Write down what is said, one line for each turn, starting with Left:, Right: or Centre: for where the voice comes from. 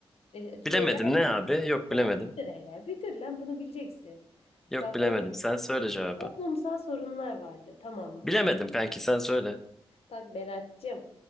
Left: e, e, söyle
Centre: Bilemedim ne abi? Yok
Left: ya
Centre: bilemedim.
Left: bitir hele. Bitir lan bunu bileceksin.
Centre: Yok
Left: Bak
Centre: bilemedim.
Left: oğlum
Centre: Sen söyle cevabı.
Left: toplumsal sorunlar vardır tamam mı?
Centre: Bilemedim kanki sen söyle.
Left: Bak Berat'cığım